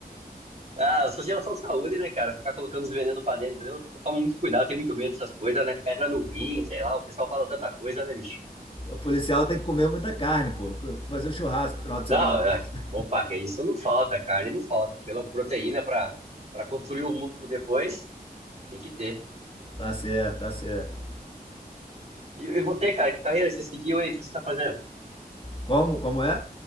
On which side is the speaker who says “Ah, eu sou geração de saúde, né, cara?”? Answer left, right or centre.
Right